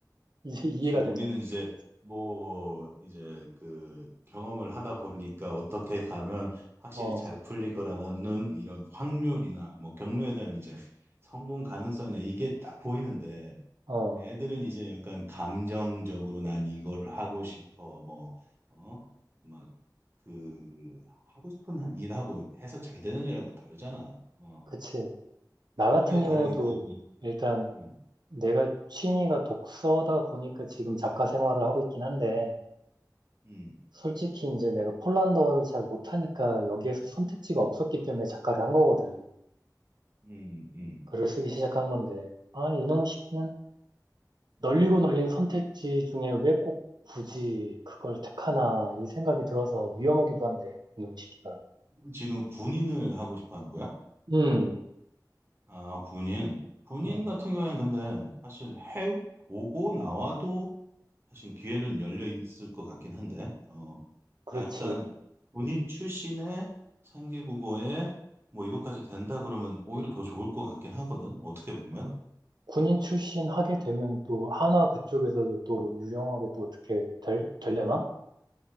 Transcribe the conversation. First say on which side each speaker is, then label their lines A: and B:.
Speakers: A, on the right (about 75°); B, on the right (about 35°).
A: 이제 이해가
B: 그렇지. 우리는
A: 된다 진짜.
B: 이제 뭐 이제 그 경험을 하다 보니까 어떻게 가면 확실히
A: 어,
B: 잘 풀릴 거라는 이런 확률이나 뭐 경로에 대한 이제 성공 가능성이나 이게 딱 보이는데
A: 어,
B: 애들은 이제 약간 감정적으로 난 이걸 하고 싶어, 뭐, 어? 막, 그, 하고 싶은 한 일하고 해서 잘 되는 일하고 다르잖아. 어.
A: 그치. 나 같은
B: 그게
A: 경우도
B: 다르기 때문에,
A: 일단
B: 음,
A: 내가 취미가 독서다 보니까 지금 작가 생활을 하고 있긴 한데
B: 음,
A: 솔직히 이제 내가 폴란드어를 잘 못하니까 여기에서 선택지가 없었기 때문에 작가를 한 거거든.
B: 음, 음.
A: 글을 쓰기 시작한 건데 아 이놈 시키는 널리고
B: 음.
A: 널린 선택지 중에 왜 꼭 굳이 그걸 택하나 이 생각이 들어서 위험하기도 한데 이놈 시키가.
B: 지금 군인을 하고 싶어 하는 거야?
A: 음.
B: 아, 군인. 군인
A: 음,
B: 같은 경우에는 근데 사실 해보고 나와도 사실 기회는 열려 있을 것 같긴 한데, 어,
A: 그렇지.
B: 약간 본인 출신의 3개 국어에 뭐 이것까지 된다 그러면 오히려 더 좋을 것 같긴 하거든. 어떻게 보면.
A: 그 군인 출신 하게 되면 또 하나 그쪽에서도 또 유용하게 또 어떻게 될, 되려나?